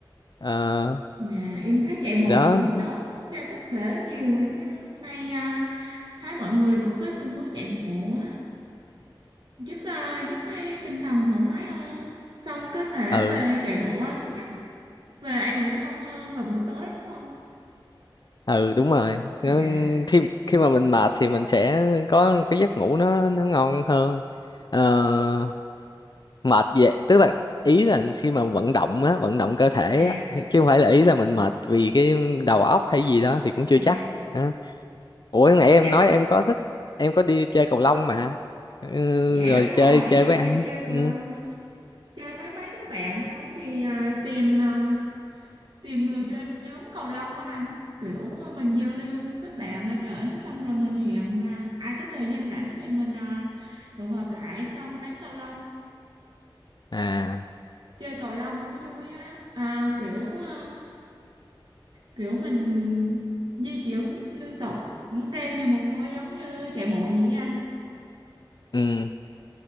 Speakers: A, on the left; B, on the right.
A: Ờ,
B: dạ em thấy chạy bộ
A: đó
B: cũng tốt cho sức khỏe nhiều ấy chứ nay à, thấy mọi người cũng có xu hướng chạy bộ á giúp à, giúp cái tinh thần thoải mái hơn xong có thể
A: ừ
B: về chạy bộ á, chắc về ăn ngủ ngon hơn vào buổi tối đúng không
A: ừ đúng rồi Nó-
B: dạ
A: khi khi mà mình mệt thì mình sẽ có cái giấc ngủ nó nó ngon hơn Ờ, mệt vậy tức là ý là khi mà vận động á vận động cơ thể
B: dạ
A: á chứ không phải là ý là mình mệt vì cái đầu óc hay gì đó thì cũng chưa
B: dạ
A: chắc Đó. ủa
B: lúc
A: nãy em
B: chạy
A: nói em có thích em có đi chơi cầu lông mà ừ,
B: dạ
A: rồi
B: đúng rồi
A: chơi chơi
B: em
A: với ai
B: hay chơi cầu
A: ừ.
B: lông chơi với mấy đứa bạn không thì à, tìm à, tìm người trên nhóm cầu lông á anh kiểu à, mình giao lưu kết bạn ở trển xong rồi mình hẹn à, ai có thời gian rảnh thì mình à, tụ họp lại xong đánh cầu lông
A: à
B: chơi cầu lông cũng vui á à, kiểu à, kiểu mình di chuyển liên tục cũng ren nhiều mồ hôi giống như chạy bộ vậy á anh
A: ừ.